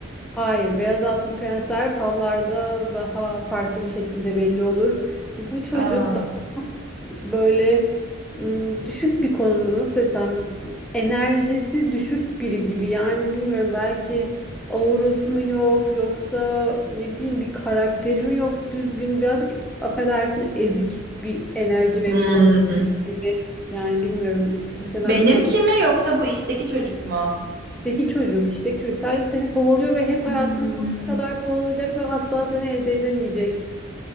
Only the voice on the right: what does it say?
Aa,
hmm.
Benimki
mi yoksa bu işteki çocuk mu?
Hmm.